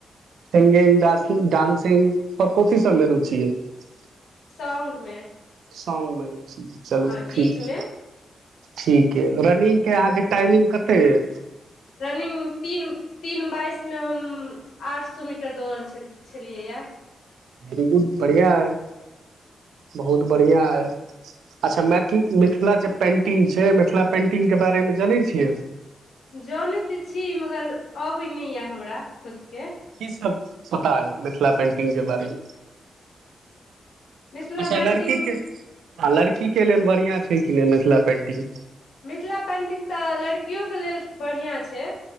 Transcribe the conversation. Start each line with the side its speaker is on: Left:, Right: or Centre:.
Right: सिंगिंग डासिंग डान्सिंग पर कथि सबमे रुचि अछि
Left: सौंन्गमे
Right: सौग मे रुचि छैय चलू
Left: गीत
Right: ठीक ये
Left: मे
Right: ठीक ह रनिंग के अहाँके टाइमिंग कते ये
Left: रनिंग तीन तीन बाइसमे हम आठ सौ मीटर दौड़ल छलखिन छलियैएा
Right: वरी गुड बढ़िया है बहुत बढ़िया य अच्छा मैथिल मिथिला जे पेन्टिंग छै मिथिला पेन्टिंगके बारेमे जनै छियै
Left: जानैत तऽ छी मगर अबै नइ य हमरा खुद के
Right: की सब पता यै मिथिला पेंटिंग के बारेमे
Left: मिथिला
Right: अच्छा
Left: पेंटिंग
Right: लड़कीके ह लड़कीके लेल बढ़िया छै कि नइ मिथिला पेन्टिंग
Left: मिथिला पेंटिंग तऽ लड़कियो के लेल बढ़िया छै